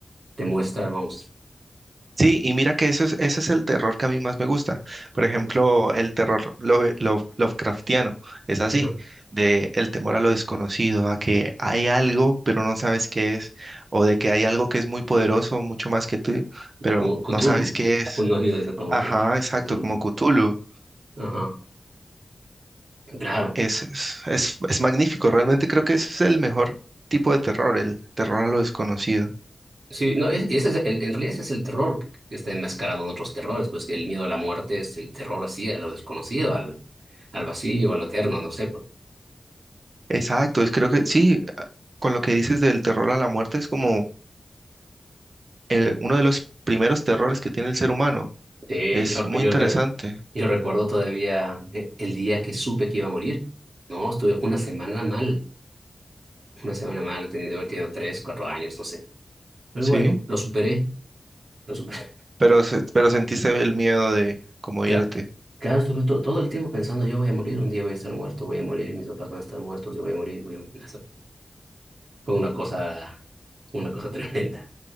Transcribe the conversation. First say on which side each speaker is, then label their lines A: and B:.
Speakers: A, on the right; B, on the right.
A: te muestra el monstruo.
B: Sí, y mira que eso es, ese es el terror que a mí más me gusta. Por
A: Ujú.
B: ejemplo, el terror lo- lo- Lovecraftiano es así,
A: Ajá.
B: de el temor a lo desconocido, a que hay algo pero no sabes qué es, o de que hay algo que es muy poderoso, mucho más que tú, pero
A: Como Cthulhu,
B: no sabes qué es.
A: un oído de eso como
B: Ajá,
A: que
B: exacto,
A: Cthulhu.
B: como Cthulhu.
A: Ajá. Claro.
B: Es, es, es es magnífico, realmente creo que ese es el mejor tipo de terror, el terror a lo desconocido.
A: Sí, no, es- ese es el- en realidad ese es el terror que está enmascarado en otros terrores, pues que el miedo a la muerte es el terror así, a lo desconocido, al, al vacío, a lo eterno, no sé, pues.
B: Exacto, es, creo que sí, a- con lo que dices del terror a la muerte es como eh, uno de los primeros terrores que tiene el ser humano.
A: Sí,
B: Es
A: yo,
B: muy
A: yo,
B: interesante,
A: re- yo recuerdo todavía eh, el día que supe que iba a morir, ¿no? Estuve una semana mal, una semana mal, tenía de haber tenido tres, cuatro años, no sé. Pero
B: ¿sí?
A: bueno, lo superé, lo superé.
B: Pero, se- pero sentiste el miedo de
A: <laughs>
B: cómo
A: Cla-
B: irte.
A: Claro, estuve to- todo el tiempo pensando, yo voy a morir, un día voy a estar muerto, voy a morir, mis papás van a estar muertos, yo voy a morir, voy a morir. Fue una cosa, una cosa tremenda.